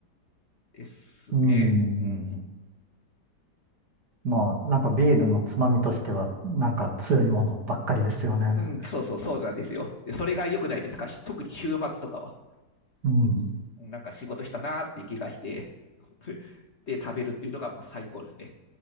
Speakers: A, on the left; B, on the right.
A: ですね。
B: うん、
A: うん。
B: まあ、なんかビールのつまみとしては、なんか強いものばっかりですよね。
A: うん、そうそう、そうなんですよ。で、それが良くないですかし特に週末とかは。
B: うん。
A: なんか仕事したなーっていう気がして、<laughs> で、食べるっていうのが僕最高ですね。